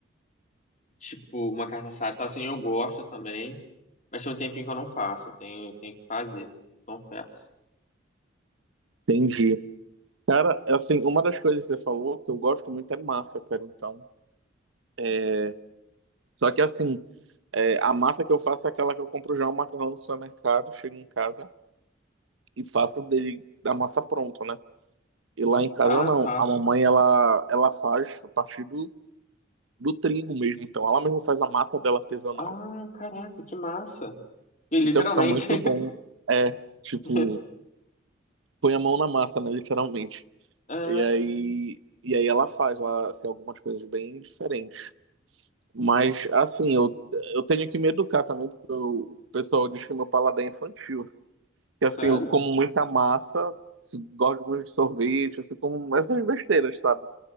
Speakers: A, on the left; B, on the right.
A: tipo, uma carne assada, tá, assim, eu gosto também, mas tem um tempinho que eu não faço, eu tenho, tenho que fazer, confesso.
B: Entendi. Cara, assim, uma das coisas que você falou que eu gosto muito é massa, cara. Então, é... só que assim, é, a massa que eu faço é aquela que eu compro já o macarrão no supermercado, chego em casa e faço dele da massa pronta, né? E lá em casa
A: Ah,
B: não.
A: tá.
B: A mamãe ela ela faz a partir do, do trigo mesmo. Então, ela mesmo faz a massa dela artesanal.
A: Ah, caraca, que massa. E literalmente.
B: Então, fica muito bom. É, tipo,
A: <laughs>
B: põe a mão na massa, né? Literalmente.
A: É,
B: E aí, e aí ela faz lá assim, algumas coisas bem diferentes. Mas, assim, eu, eu tenho que me educar também, porque eu- o pessoal diz que meu paladar é infantil. Que,
A: sério?
B: assim, eu como muita massa, se- gosto muito de sorvete, assim, como essas besteiras, sabe?